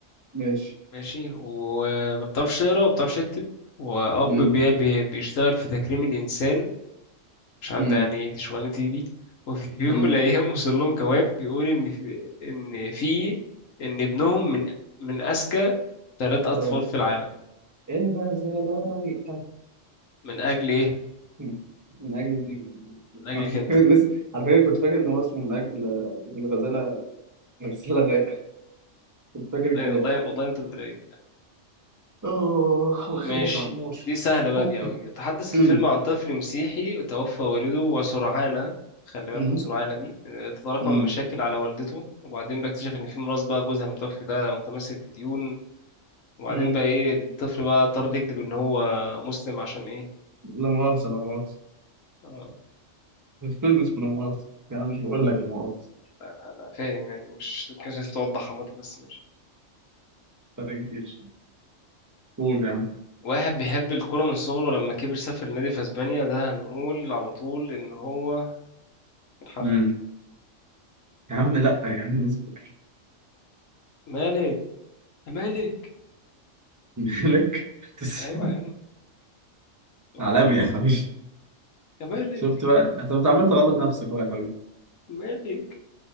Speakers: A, on the right; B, on the left.
A: ماشي
B: ماشي وما بتعرفش تقرا وما بتعرفش تكتب وأب
A: مم.
B: بي بي بيشتغل في تكريم الإنسان مش عارف
A: مم.
B: ده يعني ايه دي شغلانتي دي <laughs> وفي يوم
A: مم.
B: من الأيام وصل لهم جواب بيقول إن في إن في إن ابنهم من من أذكى ثلاث أطفال
A: طب
B: في العالم
A: الغزالة رايقة
B: من أجل إيه؟
A: مم. من أجل زيك
B: من أجلك
A: على
B: أنت
A: فكرة الناس <laughs> على فكرة كنت فاكر إن هو اسمه من أجل من الغزالة غزالة رايقة كنت فاكر كده
B: أي والله
A: يعني
B: والله أنت اللي رايق.
A: أوه الله
B: ماشي
A: يخليك يا عمور
B: دي سهلة بقى
A: أوه.
B: دي أوي يتحدث
A: مم.
B: الفيلم عن طفل مسيحي توفى والده وسرعانة خلي بالك
A: مم.
B: من سرعانة دي آه، تتراكم
A: مم.
B: المشاكل على والدته وبعدين بيكتشف إن في ميراث بقى جوزها المتوفي ده متمثل في ديون وبعدين
A: مم.
B: بقى إيه الطفل بقى اضطر يكذب إن هو مسلم عشان إيه
A: لا مؤاخذة لا مؤاخذة
B: آه،
A: مش فيلم اسمه لا مؤاخذة يا عم مش بقول لك لا مؤاخذة
B: أنا فاهم يعني مش مكانش عايز توضح عامة بس ماشي
A: فرق كبير قول يا عم
B: واحد بيحب الكورة من صغره ولما كبر سافر لنادي في أسبانيا ده هنقول على طول إن هو الحريف
A: مم. يا عم لا يا عم اصبر
B: مالك يا مالك
A: <laughs> مالك تس-
B: أيوة يا عم
A: <laughs>
B: العالمي
A: عالمي يا حبيبي
B: يا مالك
A: شفت بقى انت أنت عمال تغلط نفسك اهو يا حبيبي
B: مالك